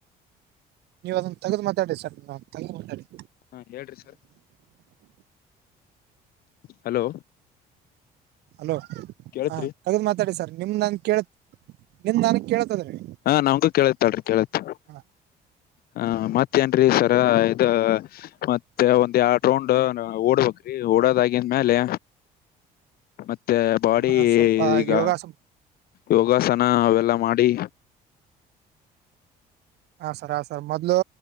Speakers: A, on the right (about 80°); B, on the left (about 65°).
A: ನೀವು ಅದನ್ನ ತಗ್ದ್ ಮಾತಾಡಿ ಸರ್ ತಗ್ದ್ ಮಾತಾಡಿ
B: ಹಾ ಹೇಳ್ರಿ ಸರ್ ಹಲೋ
A: ಹಲೋ
B: ಕೇಳತ್ರಿ
A: ಹಾ ಕಗದು್ ಮಾತಾಡಿ ಸರ್ ನಿಮ್ ನನ್ ಕೇಳತ್ ನಿಮ್ ನನ್ಗ್ ಕೇಳತದ್ರೀ
B: ಹಾ ನಂಗೂ ಕೇಳತ್ ಅಡ್ರಿ ಕೇಳತ್
A: ಹ
B: ಹ ಮತ್ತೇನ್ರೀ ಸರ ಇ ಮ ಮತ್ತೆ ಒಂದ್ ಯಡ್ ರೌಂಡ್ ಓಡ್ಬೇಕ್ರಿ ಓಡದಾಗಿಂದ ಮೇಲೆ ಮತ್ತೆ ಬಾಡಿ
A: ಆ, ಸ್ವಲ್ಪ
B: ಈಗ
A: ಯೋಗಾಸ
B: ಯೋಗಾಸನ ಅವೆಲ್ಲ ಮಾಡಿ
A: ಹ ಸರ್ ಹ ಸರ್ ಮೊದ್ಲು